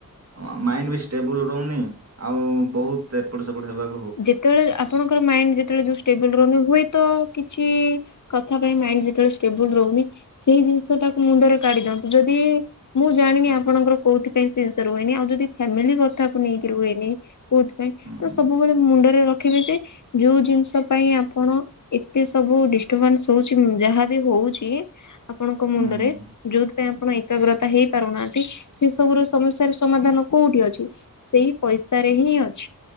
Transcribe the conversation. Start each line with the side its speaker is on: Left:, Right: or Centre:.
Right: ହଁ ମାଇଣ୍ଡ ବି ଷ୍ଟେବୁଲୁ ରଉନି ଆଉ ବୋହୁତ ଏପଟ ସେପଟ ହେବା
Left: ଯେତେବେଳେ ଆପଣଙ୍କର ମାଇଣ୍ଡ ଯେତେବେଳେ ଯୋଉ ଷ୍ଟେବୁଲ୍ ରହୁନି ହୁଏତ କିଛି କଥା ପାଇଁ ମାଇଣ୍ଡ ଯେତେବେଳେ ଷ୍ଟେବୁଲ୍ ରୋହୁନି। ସେଇ ଜିନିଷ ଟାକୁ ମୁଣ୍ଡରେ କାଢି ଦିଅନ୍ତୁ। ଯଦି ମୁଁ ଜାଣିନି ଆପଣଙ୍କର କୋଉଥିପାଇଁ ସେ ଜିନ୍ସ ରୁହେନି। ଆଉ ଯଦି ଫ୍ୟାମିଲି କଥାକୁ ନେଇକି ରୁହେନି କୋଉଥିପାଇଁ
Right: ହୁଁ
Left: ତ
Right: ହୁଁ
Left: ସବ ମୁଁ ବେଳେ ମୁଣ୍ଡରେ ରଖିବି ଯେ ଯୋଉ ଜିନଷ ପାଇଁ ଆପଣ ଏତେ ସବୁ ଡିଷ୍ଟବାନ୍ସ ହଉଚି ଯାହା ବି ହଉଚି ଆପଣଙ୍କ ମୁଣ୍ଡରେ,
Right: ହୁଁ ହୁଁ
Left: ଯୋଉଥିପାଇଁ ଆପଣ ଏକାଗ୍ରତା ହେଇ ପାରୁନାହାନ୍ତି ସେ ସବୁର ସମସ୍ୟାର ସମାଧାନ କୋଉଟି ଅଛି, ସେଇ ପଇସାରେ ହିଁ ଅଛି।